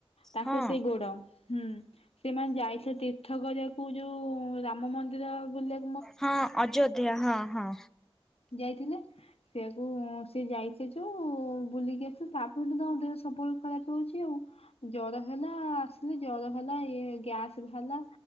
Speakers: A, on the left (about 85°); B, in the centre.
A: ତାଙ୍କର
B: ହଁ
A: ସେଇ ଗୋଡ। ହୁଁ। ସେମାନେ ଯାଇଥିଲେ ତୀର୍ଥ କରିଆକୁ ଯୋଉ ରାମ ମନ୍ଦିର ବୁଲିଆକୁ।
B: ହଁ ଅଯୋଧ୍ୟା ହଁ ହଁ।
A: ଯାଇଥିଲେ। ସେଇଆକୁ ସିଏ ଯାଇଚି ତ ଆଉ ବୁଲିକି ଆସିଲୁ ତାପର ତ ତାଙ୍କ ଦେହ ସବୁବେଳେ ଖରାପ୍ ହଉଚି ଆଉ। ଜଡ ହେଲା ଆସିଲି ଜର ହେଲା ଇଏ ଗ୍ୟାସ୍ ହେଲା